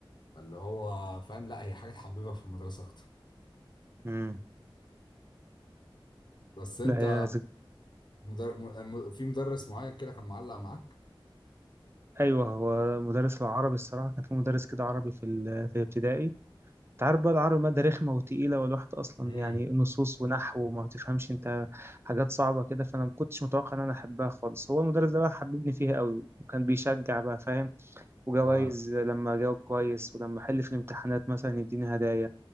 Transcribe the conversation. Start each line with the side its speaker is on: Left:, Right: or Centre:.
Left: فاللي هو فاهم لا هي حاجه تحببك في المدرسه اكتر
Right: مم.
Left: بس انت
Right: لا يا زك...
Left: مدر... م- في مدرس معين كده كان معلق معاك
Right: أيوة هو مدرس العربي الصراحة كان في مدرس كده عربي في ال... في الابتدائي انت عارف بقى العربي مادة رخمة وتقيلة والواحد أصلا
Left: امم
Right: يعني نصوص ونحو وما تفهمش أنت حاجات صعبة كده فأنا ما كنتش متوقع إن أنا أحبها خالص هو المدرس ده بقى حببني فيها قوي وكان بيشجع بقى فاهم وجوائز
Left: اه
Right: لما أجاوب كويس ولما أحل في الامتحانات مثلا يديني هدايا